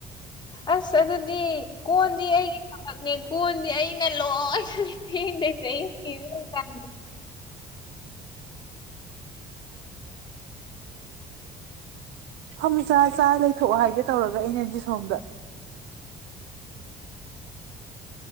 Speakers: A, on the left (about 25°); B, on the right (about 85°).
A: ꯑꯁ ꯑꯗꯨꯗꯤ ꯀꯣꯟꯗꯤ ꯑꯩꯒꯤ ꯊꯕꯛꯅꯦ ꯀꯣꯟꯗꯤ ꯑꯩꯅ ꯂꯣꯏ ꯅ ꯅꯤ ꯐꯦꯡꯗꯩꯖꯦ ꯑꯩꯅꯦ ꯅꯨꯡꯗꯥꯡ
B: ꯐꯝꯆꯥ ꯆꯥ ꯂꯩꯊꯣꯛꯑꯣ ꯍꯥꯏꯒꯦ ꯇꯧꯔꯒ ꯑꯩꯅꯗꯤ ꯁꯣꯝꯗ